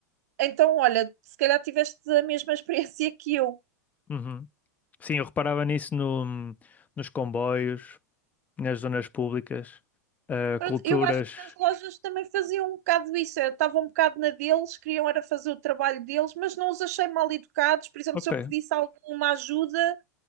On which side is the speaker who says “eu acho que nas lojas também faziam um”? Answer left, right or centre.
Right